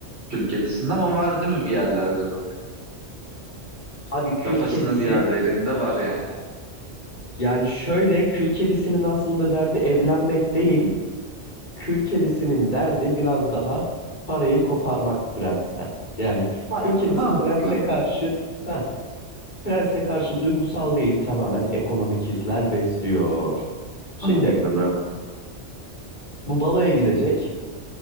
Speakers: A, on the right; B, on the left.
A: Kül ama var değil mi bir yerlerde böyle?
B: abi kül
A: Kafasının
B: kedisi
A: bir yerlerinde var yani.
B: yani şöyle kül kedisinin aslında derdi evlenmek değil. Kül kedisinin derdi biraz daha parayı koparmak prensten. Yani
A: Var.
B: kül kedisi
A: Mantıklı.
B: prense karşı heh, prense karşı duygusal değil tamamen ekonomik hisler besliyor. Şimdi
A: Hadi bakalım.
B: bu baloya gidecek